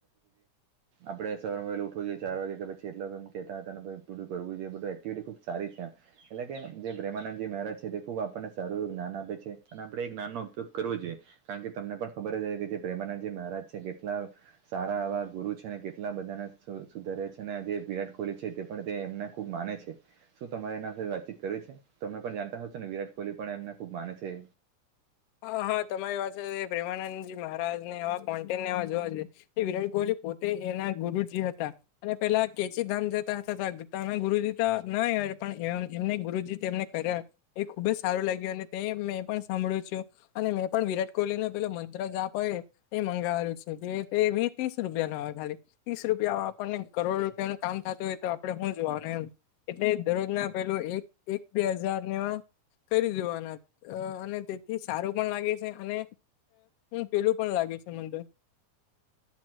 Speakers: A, on the right; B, on the left.
A: આપણે સવારમાં વેલુ ઉઠવુ જોઈએ ચાર વાગે એલાગ એ કતા હતા અને પછ પું કરવું જોઈએ બધું એક્ટિવિટી ખૂબ સારી છે એમ. એટલે કે જે પ્રેમાનંદજી મહારાજ છે તે ખુબ આપણને સારું એવ જ્ઞાન આપે છે અને આપડે એ જ્ઞાનનો ઉપયોગ કરવો જોઈએ. કારણ કે તમને પણ ખબર જ હતી કે જે પ્રેમાનંદજી મહારાજ છે કેટલા સારા આવા ગુરુ છે ને કેટલા બધાને સુધાર્યા છે ને જે વિરાટ કોહલી છે તે પણ તે એમને ખુબ માને છે. શું તમારે એના વિશે વાતચીત કરવી છે તમે પણ જાણતા હશો ને વિરાટ કોહલી પણ એમને ખૂબ માને છે.
B: હા હા તમારી વાત છે પ્રેમાનંદજી મહારાજ ને એવા કોન્ટેનને એવા જોવા જઈએ. એ વિરાટ કોહલી પોતે એના ગુરુજી હતા. અને પેલા કેચી ધામ જતા થતાતા ગુરુજી તો ન પણ એમને ગુરુજી તેમને કર્યા એ ખુબ જ સારું લાગ્યું અને તે મેં પણ સાંભળ્યું છું. અને મેં પણ વિરાટ કોહલીને પેલો મંત્ર જા આપ એ એ મંગાવવુ છે કે તે વી ત્રીસ રૂપિયા ના આવે ખાલી ત્રીસ રૂપિયા આપણને કરોડ રૂપિયાનું કામ થતું હોય તો આપડણે હું જોવાનું એમ. એટલે દરરોજ ના પેલું એક એક બે હજાર નેવા કરી દેવાના અને તે થી સારું પણ લાગે છે અને પેલું પણ લાગે છે મંદર.